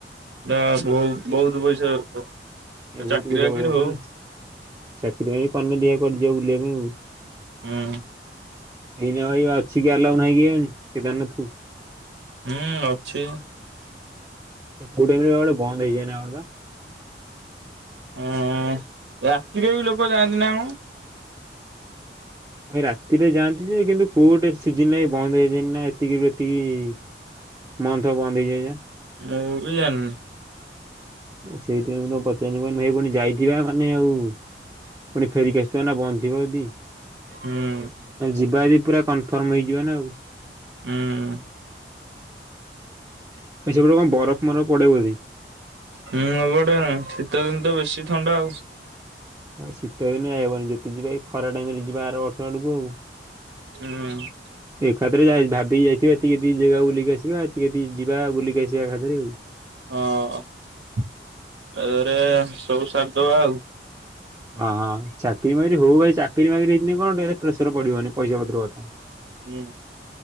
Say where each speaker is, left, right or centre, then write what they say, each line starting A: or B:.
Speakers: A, on the right; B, on the right.
A: ନା ବହୁ ବହୁତ ପଇସା ଦରକାର।
B: ଏ ବହୁତ
A: ଚାକିରି
B: ପଡିବ
A: ବାକିରି ହଉ।
B: ପୁଣି ଚାକିରି ଫାକିରୀ କନେ ଦେଖିଆ କୁଆଡେ ଯିବା ବୁଲିବା ପାଇଁ ଆଉ।
A: ହୁଁ।
B: ଏଇ ନା ଭାଇ ଅଛି କି ଆଲାଉ ନାଇଁ କେଜାଣି କେଦାରନାଥ କୁ।
A: ହୁଁ ଅଛି।
B: କୋଉଟାଇମ ରେ ଗୋଟେ ବନ୍ଦ ହେଇଯାଏ ନା କଣ ବା।
A: ହଁ ରାତିରେ ବି ଲୋକ ଯାଆନ୍ତି ନା କଣ?
B: ଭାଇ ରାତିରେ ଯାଆନ୍ତି ଯେ କିନ୍ତୁ କୋଉଟା ସିଜିନ ରେ ବନ୍ଦ ହେଇଯାଇନି ନା ଏତିକିରୁ ଏତିକି ମନ୍ଥ ବନ୍ଦ ହେଇଯାଏବା।
A: ମୁଁ ବି ଜାଣିନି।
B: ସେଇଥିପାଇ ମୁଁ ତମକୁ ପଚାରିନି ମୁଁ କହିନୀ ଭାଇ ଆଉ ପୁଣି ଯାଇଥିବା ମାନେ ଆଉ ପୁଣି ଫେରିକି ଆସୁଥିବା ନା ବନ୍ଦ ଥିବ ଯଦି।
A: ହୁଁ।
B: ଯିବା ଯଦି ପୁରା କନଫର୍ମ ହେଇଯିବ ନା ଆଉ।
A: ହୁଁ ଉଁ।
B: ଭାଇ ସେପଟେ କଣ ବରଫ ମରଫ ପଡେବୋଧେ।
A: ହୁଁ ହେପଟେ ଶୀତ ଦିନ ତ ବେଶୀ ଥଣ୍ଡା ଆଉ।
B: ଶୀତ ଦିନେ ଯାଇ ହବନି ଯଦି ଯିବା ଏଇ ଖରା ଟାଇମ ରେ ଯିବା ଆର ବର୍ଷ ଆଡକୁ ଆଉ।
A: ହୁଁ ଉଁ।
B: ଏକା ଥରେ ଯା ଭାବିକି ଯାଇଥିବା ଏତିକ ଏତିକି ଜାଗା ବୁଲିକି ଆସିବା ଏତିକି ଏତିକି ଯିବା ବୁଲି ଆସିଵା ଆଉ।
A: ହଁ ତାଦେହେରେ ଏ ସବୁ ସାରି ଦବା ଆଉ।
B: ଓହୋ ଚାକିରି ବାକିରି ହଉ ଭାଇ ଚାକିରି ବାକିରି ହେଇିଥିନେ କଣ ଟିକେ ପ୍ରେସର ପଡିବନି ପଇସା ପତର କଥା।
A: ହୁଁ।